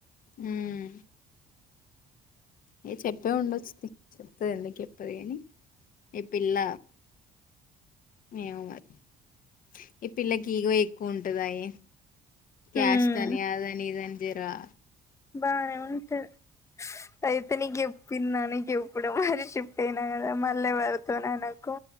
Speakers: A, on the left (about 55°); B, on the left (about 15°).
A: హ్మ్ ఏ చెప్పే ఉండొచ్చు చెప్తది ఎందుకు చెప్పది కాని ఈ పిల్ల ఏమో మరి ఈ పిల్లకి ఈగో ఎక్కువ ఉంటదయి క్యాస్ట్
B: ఉమ్
A: అని అదని ఇద అని జరా
B: బానే ఉంటది అయితే నీకు చెప్పన్నానే నీకు చెప్పడం మరిచిపోయిన గదా మళ్ళ ఎవల్తోననకు